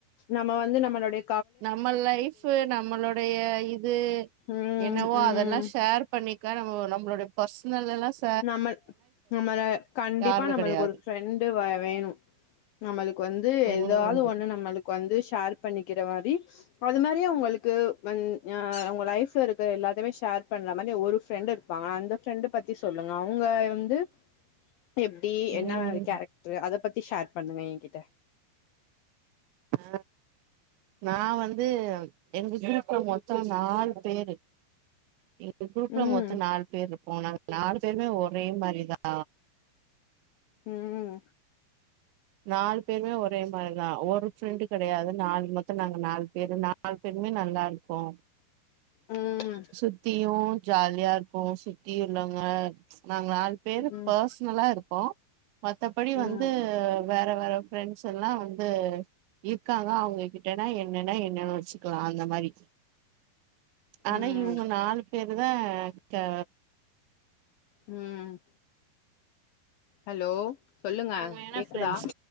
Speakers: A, on the left; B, on the right.
A: நம்ம வந்து நம்மளோடைய
B: நம்ம லைஃபு நம்மளோடைய இது
A: ம்
B: என்னவோ
A: ம்
B: அதெல்லா ஷேர் பண்ணிக்க நம்ம நம்மளுடைய பர்ஸ்னல்லலாஸ்
A: நம்மள் நம்மள கண்டிப்பா
B: யாருமே
A: நம்மளுக்
B: கெடையாது
A: ஒரு ஃபிரெண்டு வா வேணு நம்மளுக்கு வந்து
B: ம்
A: எதாது ஒன்னு நம்மளுக்கு வந்து ஷேர் பண்ணிக்கிற மாரி அது மாரியே உங்களுக்கு மன் யா உங்க லைஃப்ல இருக்கிற எல்லாத்தமே ஷேர் பண்ற மாரி ஒரு ஃபிரெண்டு் இரு பாங்க அந்த ஃபிரெண்டு பத்தி சொல்லுங்க அவுங்க வந்து எப்டி
B: ம்
A: என்ன மாரி கேரக் ட்ரு அத பத்தி ஷேர் பண்ணுங்க ஏன் கிட்ட
B: ஆ நா வந்து எங்க குரூப்ல மொத்தோ நாலு பேரு எ குரூப்ல
A: ம்
B: மொத்த நாலு பேரு இர்ப்போ நாங்க நாலு பேருமே ஒரே மாரிதா
A: ம்
B: நாலு பேருமே ஒரே மாரிதா ஒரு ஃபிரெண்டு கெடையாது நாலு மொத்த நாங்க நாலு பேருந்தா நாளு பேருமே நல்லா இருக்கோ
A: ம்
B: சுத்தியு ஜாலியா இருக்கு சுத்தி உள்ளவங்க நாங்க நாலு பேரு
A: ம்
B: பாஸ் நல்லா இருக்கு மத்தபடி வந்து
A: ம்
B: வேற வேற ஃப்ரெண்ட்ஸ் எல்லா வந்து இருக்காங்க அவங்ககிட்டனா என்னன்னா என்னன்னு வச்சுக்கலா அந்த மாரி ஆனா
A: ம்
B: இவங்க நாலு பேரு தா கா
A: ம் ஹலோ சொல்லுங்க
B: உண்மையான
A: கேக்குதா
B: ஃப்ரெண்ட்ஸ்